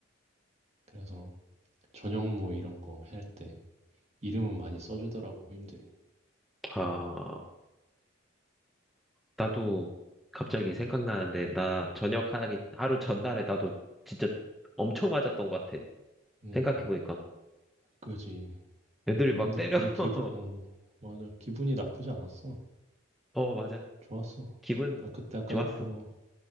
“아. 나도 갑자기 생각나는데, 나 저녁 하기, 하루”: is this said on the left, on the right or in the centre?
Centre